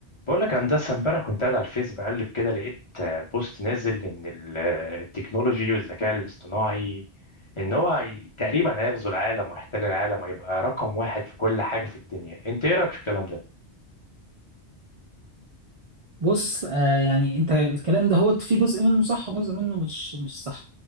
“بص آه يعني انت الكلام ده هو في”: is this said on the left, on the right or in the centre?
Right